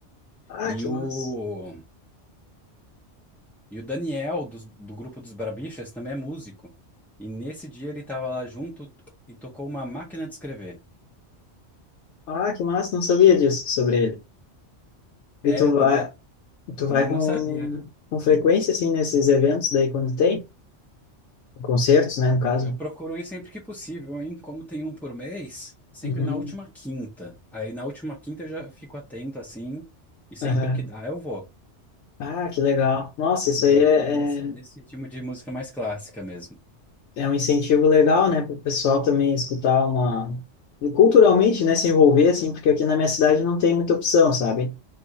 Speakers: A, on the left; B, in the centre.
A: Ah,
B: E
A: que
B: o
A: massa.
B: e o Daniel dos- do grupo dos Barbixas também é músico. E nesse dia ele estava lá junto e tocou uma máquina de escrever.
A: Ah, que massa, não sabia disso sobre ele. E
B: É,
A: tu
B: eu
A: vai,
B: também.
A: tu
B: Eu também
A: vai com,
B: não sabia.
A: com frequência, assim, nesses eventos daí quando tem? Concertos, né, no caso?
B: Eu procuro ir sempre que possível, hein? Como tem um por mês, sempre
A: Uhum.
B: na última quinta. Aí na última quinta eu já fico atento assim, e sempre
A: Aham.
B: que dá eu vou.
A: Ah, que legal. Nossa, isso
B: E
A: aí
B: é,
A: é,
B: e é nesse,
A: é,
B: nesse tipo de música mais clássica mesmo.
A: é um incentivo legal, né, para o pessoal também escutar uma... e Culturalmente, né, se envolver, assim, porque aqui na minha cidade não tem muita opção, sabe?